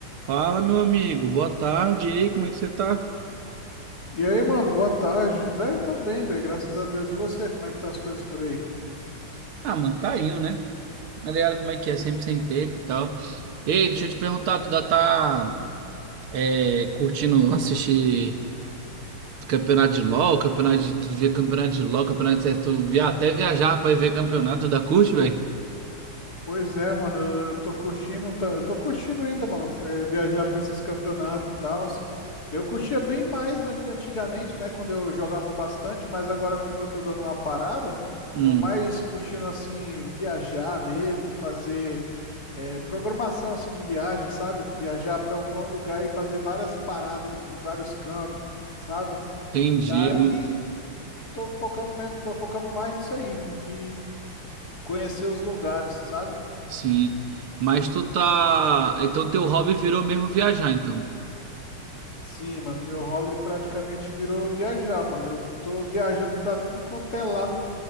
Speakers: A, on the right; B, on the left.
A: Fala, meu amigo. Boa tarde. E aí, como é que você tá?
B: E aí, mano, boa tarde. Velho, tô bem, velho, graças a Deus. E você, como é que tá as coisas por aí?
A: Ah, mano, tá indo, né? Tá ligado como é que é, sempre sem tempo e tal. Ei, deixa eu te perguntar, tu já tá
B: Hum.
A: é, curtindo <laughs> assistir campeonato de LoL, campeonato de... Tu via campeonato de LoL, campeonato de... CS, Tu via até viajar pra ir ver campeonato da curte, velho?
B: Pois é, mano, eu, eu tô curtindo, tá- eu tô curtindo ainda, mano, é, viajar pra esses campeonatos e tal. Eu curtia bem mais an- antigamente, né, quando eu jogava bastante, mas agora, como eu tô dando uma parada,
A: Hum,
B: tô mais curtindo, assim, viajar mesmo, fazer é, programação, assim, de viagem, sabe? Viajar pra, pra um lugar e fazer várias paradas em vários cantos, sabe?
A: entendi.
B: Daí.
A: Hum,
B: Tô focando menos, tô focando mais nisso aí, de conhecer os lugares, sabe?
A: sim. Mas tu tá... Então teu hobby virou mesmo viajar, então.
B: Sim, mano, meu hobby praticamente virou viajar, mano. Eu tô viajando pra tudo quanto é lado.